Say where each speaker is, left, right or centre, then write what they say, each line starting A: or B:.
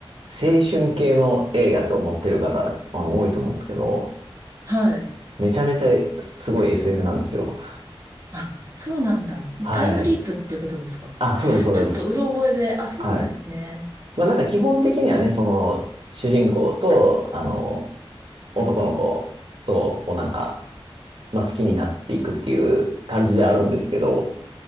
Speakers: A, on the right; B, on the right.
A: 青春系の映画と思ってる方、あの、多いと思うんですけど、
B: はい。
A: めちゃめちゃすごい SF なんですよ。
B: あ、そうなんだ。
A: はい。
B: タイムリープっていうことですか。
A: あ、そうです、そうです。
B: ちょっとうろ覚えで、あ、そうなんですね。
A: はい。まあなんか基本的にはね、その、主人公と、あの、男の子と、こうなんか、まあ好きになっていくっていう感じであるんですけど、